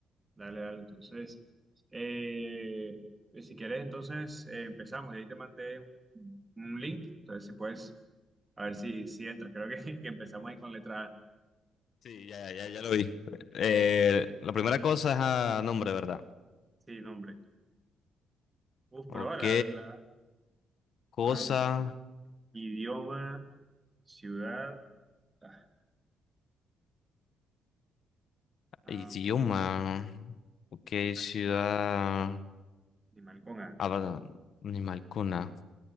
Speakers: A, on the right; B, on the left.
A: Dale, dale. Entonces, eh, si quieres, entonces eh, empezamos. Ahí te mandé un, un link. Entonces, si puedes, a ver si, si entras. Creo que, <laughs> que empezamos ahí con letra A.
B: Sí, ya, ya, ya lo vi. Eh, la primera cosa es a nombre, ¿verdad?
A: Sí, nombre. Uf,
B: Ok,
A: pero ahora, la, la-
B: cosa,
A: am, idioma, ciudad, ah, am,
B: idioma. Ok,
A: animal,
B: ciudad.
A: animal con A.
B: ah, perdón, Animal con A.